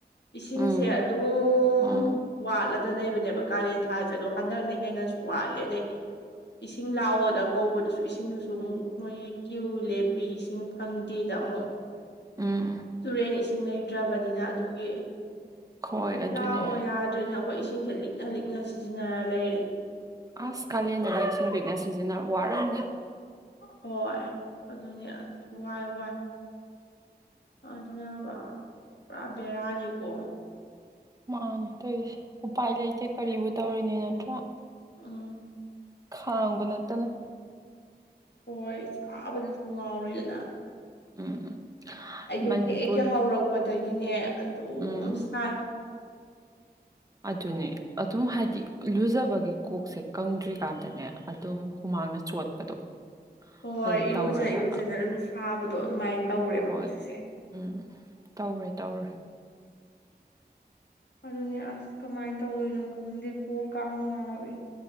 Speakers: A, on the left; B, on the right.
A: ꯏꯁꯤꯡꯁꯦ
B: ꯎꯝ
A: ꯑꯗꯨꯝ
B: ꯎꯝ
A: ꯋꯥꯠꯂꯗ ꯂꯩꯕꯅꯦꯕ ꯀꯥꯂꯦꯟ ꯊꯥꯁꯦ ꯑꯗꯣ ꯍꯟꯗꯛꯅ ꯍꯦꯟꯅꯁꯨ ꯋꯥꯠꯂꯦ ꯑꯗꯩ ꯏꯁꯤꯡ ꯂꯥꯛꯑꯣꯗ ꯀꯧꯕꯗꯨꯁꯨ ꯏꯁꯤꯡꯗꯨꯁꯨ ꯑꯃꯨꯛ ꯃꯣꯏꯒꯤ ꯀ꯭ꯌꯨ ꯂꯦꯞꯄꯤ ꯏꯁꯤꯡ ꯐꯪꯗꯦꯗ ꯑꯃꯨꯛ
B: ꯎꯝ
A: ꯇꯨꯔꯦꯟ ꯏꯁꯤꯡ ꯂꯩꯇ꯭ꯔꯕꯅꯤꯅ ꯑꯗꯨꯒꯤ
B: ꯍꯣꯏ ꯑꯗꯨꯅꯦ
A: ꯂꯥꯛꯑꯣ ꯌꯥ ꯗ꯭ꯔꯤꯅꯦ ꯑꯈꯣꯏ ꯏꯁꯤꯡꯁꯦ ꯂꯤꯛꯅ ꯂꯤꯛꯅ ꯁꯤꯖꯤꯟꯅꯔ ꯂꯩꯔꯦ꯫
B: ꯑꯁ ꯀꯥꯂꯦꯟꯗꯒ ꯏꯁꯤꯡ ꯂꯤꯛꯅ ꯁꯤꯖꯤꯟꯅ ꯋꯥꯔꯝꯅꯤ꯫
A: ꯍꯣꯏ ꯑꯗꯨꯅꯤ ꯑꯁ ꯋꯥꯏ ꯋꯥꯏ꯫ ꯑꯗꯨꯅꯕ ꯄꯨꯔꯥ ꯕꯦꯔꯥꯅꯤꯀꯣ꯫
B: ꯃꯥꯅꯤ ꯇꯧꯔꯤꯁꯦ ꯎꯄꯥꯏ ꯂꯩꯇꯦ ꯀꯔꯤꯕꯨ ꯇꯧꯔꯨꯅꯤ ꯅꯠꯇ꯭ꯔꯥ꯫
A: ꯎꯝ
B: ꯈꯥꯡꯕ ꯅꯠꯇꯅ
A: ꯍꯣꯏ ꯁꯥꯕꯅꯁꯨ ꯉꯥꯎꯔꯦꯗꯅ
B: ꯎꯝ
A: ꯑꯌꯨꯛ
B: ꯃꯅꯤꯄꯨꯔ
A: ꯍꯦꯛ ꯌꯥꯍꯧꯔꯛꯄꯗꯒꯤꯅꯦ ꯑꯗꯨꯝ
B: ꯎꯝ
A: ꯁꯥꯏ
B: ꯑꯗꯨꯅꯤ ꯑꯗꯨꯝ ꯍꯥꯏꯗꯤ ꯂꯨꯖꯕꯒꯤ ꯀꯣꯛꯁꯦ ꯀꯪꯗ꯭ꯔꯤꯀꯥꯟꯗꯅꯦ ꯑꯗꯨꯝ ꯍꯨꯃꯥꯡꯅ ꯆꯣꯠꯄꯗꯣ
A: ꯍꯣꯏ
B: ꯑꯗꯨꯝ
A: ꯏꯔꯨꯖ
B: ꯇꯧꯔꯦ ꯍꯥꯏꯕ
A: ꯏꯔꯨꯖꯅ ꯑꯗꯨꯝ ꯁꯥꯕꯗꯣ ꯑꯗꯨꯃꯥꯏꯅ ꯇꯧꯔꯦꯕ
B: ꯍꯣꯏ
A: ꯍꯧꯖꯤꯛꯁꯦ
B: ꯎꯝ ꯇꯧꯔꯦ ꯇꯧꯔꯦ
A: ꯑꯗꯨꯅꯦ ꯑꯁ ꯀꯃꯥꯏꯅ ꯇꯧꯗꯣꯏꯅꯣ ꯈꯪꯗꯦ ꯀꯣꯛꯀ ꯉꯥꯎꯢ